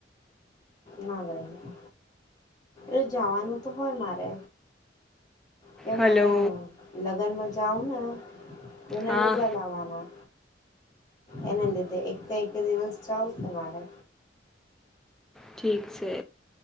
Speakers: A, on the left; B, in the centre.
A: ના ભાઈ, એ જવાનું તો હોય મારે. કે
B: હલો
A: મેને લગ્નમાં જાઉ ને. ન
B: હા
A: નલુંક લવાના. એના લીધે એક એક દિવસ ચાલશે મારે.
B: ઠીક છે.